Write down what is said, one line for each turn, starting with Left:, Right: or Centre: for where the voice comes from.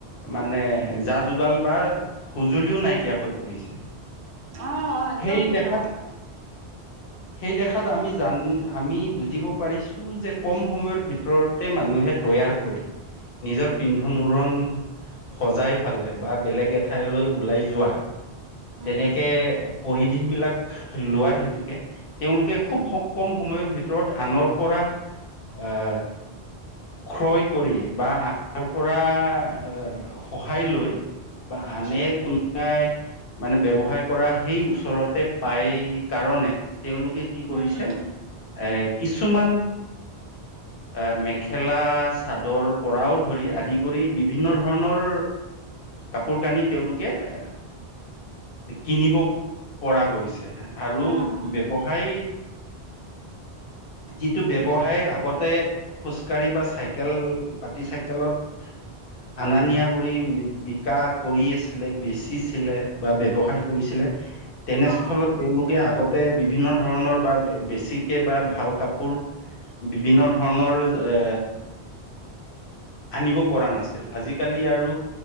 Left: মানে যা যোগাল বা সজুলিও নাইকিয়া হৈ পৰিছে
Right: অ অ একদম
Left: সেই
Right: খচা
Left: দেখাত
Right: কথা
Left: সেই দেখাত আমি জান আমি বুজিব পাৰিছো যে কম সময়ৰ ভিতৰতে মানুহে তৈয়াৰ কৰে নিজৰ পিন্ধন উৰণ সজাই ফালে বা বেলেগ এঠাইলৈ ওলাই যোৱা
Right: উম
Left: তেনেকে পৰিধ বিলাক লোৱাৰ হেতুকে তেওঁলোকে খুব স কম সময়ৰ ভিতৰত আনৰ পৰা আহ ক্ৰয় কৰি বা আনৰ পৰা এ সহায় লৈ বা আনে কোনোবাই মানে ব্যৱসায় কৰা সেই ওচৰতে পাই কাৰণ মানে তেওঁলোকে কি কৰিছে,
Right: উম
Left: এ', কিছুমান আ', মেখেলা-চাদৰ পৰাও ধৰি আদি কৰি বিভিন্ন ধৰণৰ কাপোৰ-কানি তেওঁলোকে এ', কিনিব পৰা গৈছে আৰু
Right: উম হুম
Left: ব্যৱসায় যিটো ব্যৱসায় আগতে খোজকাঢ়ি বা চাইকেল, পাতি চাইকেলত আনা-নিয়া কৰি বিকা কৰি আছিলে, বেচিছিলে, বা ব্যৱসায় কৰিছিলে তেনেস্থলত
Right: অ'
Left: তেওঁলোকে আগতে বিভিন্ন ধৰণৰ বা বেছিক বা ভাল কাপোৰ বিভিন্ন ধৰণৰ এ আনিব পৰা নাছিল আজিকালি আৰু